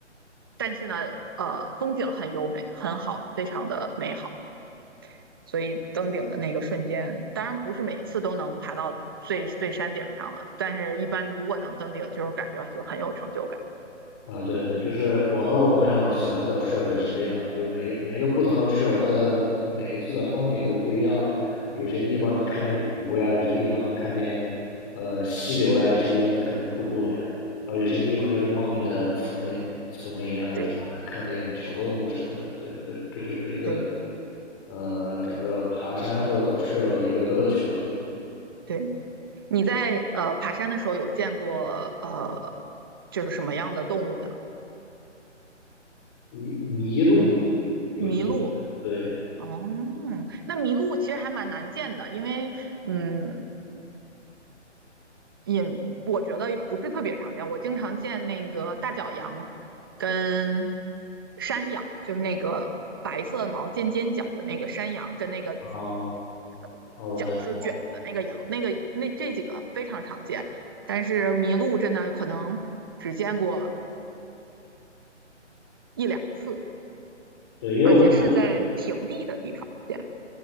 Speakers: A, on the right; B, on the left.
A: 但是呢，呃，风景很优美，很好，非常的美好。所以登顶的那个瞬间，当然不是每一次都能爬到最最山顶上了，但是一般如果能登顶，就是感觉就很有成就感。
B: 啊，对对对，就是我和我朋友喜欢走 trail 也是这样的，就是每每一个不同的 trail，它的每一次的风景都不一样，有些地方能看见湖呀，有些地方能看见呃溪流呀，有些地方能看见瀑布呀，然后有些地方就是茂密的丛林丛林啊，有时候还能看见小动物什么的。
A: 对
B: 对，这这就是一个
A: 对
B: 呃整个爬山或者走 trail 的一个乐趣吧。
A: 对，你在呃爬山的时候有见过呃就是什么样的动物呢？
B: 迷迷路有经
A: 麋鹿。
B: 对，
A: 哦，那麋鹿其实还蛮难见的，因为嗯，引我觉得不是特别常见，我经常见那个大角羊跟山羊，就是那个白色毛尖尖角的那个山羊，跟那个
B: 哦
A: 呃角是卷的那个羊，
B: 哦，我能明白，
A: 那个那这几个非常常见，但是麋鹿真的可能只见过一两次，
B: 对，因为我们。
A: 而且是在平地的地方见的，